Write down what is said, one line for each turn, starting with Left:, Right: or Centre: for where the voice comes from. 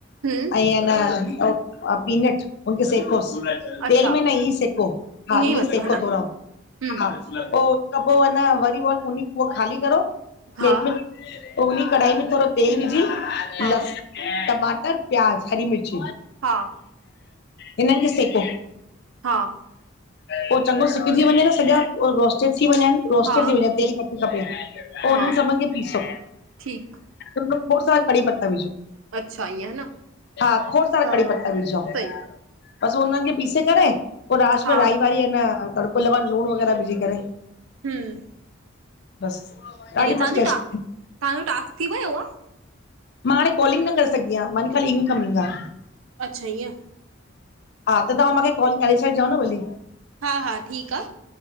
Right: हुम्म
Left: ऐं एनं पीनट उनखे सेकोस।
Right: अच्छा
Left: तेल में न इंयई सेको हा
Right: ईअं ई
Left: इयंई
Right: मतिलबु
Left: सेको
Right: ह न
Left: थोड़ा,
Right: हम्म
Left: हा पो त पो वरी त वरी उवो कुनी ख़ाली करो। प्लेट
Right: हा
Left: में पो उनी कढ़ाई में थोड़ो तेल विझी
Right: हा
Left: लस टमाटर, प्याज, हरी मिर्च
Right: हा
Left: इनन खे सेको।
Right: हां
Left: पो चंॻो सिकजी वञे न सॼा रोस्टेड थी वञन रोस्टेड
Right: हा
Left: थी वञन तेल घट खपे पो
Right: हा
Left: उनन सभन खे पीसौ।
Right: ठीकु
Left: उनमे खोड़ सारा कड़ी पत्ता विझो।
Right: अच्छा ईअं ह न
Left: हा खोड़ सारा
Right: हा
Left: कड़ी पत्ता विझो
Right: सही
Left: बस उन खे पीसे करे पो लास्ट
Right: हा
Left: में राई वाई ऐं न तड़को लॻाय लुण वग़ैरह विझी करे।
Right: हुम्म
Left: बस ॾाढ़ी
Right: तव्हांजो
Left: मस्त टेस्ट
Right: टा तव्हांजो टास्क थी वियो आहे
Left: मां हाणे कोलिंग न करे सघदी आह्य। ख़ाली इन कमिंग आ
Right: अच्छ इयं
Left: हा त तहां मुखे कॉल करे छॾजो न भली।
Right: हा हा ठीक आ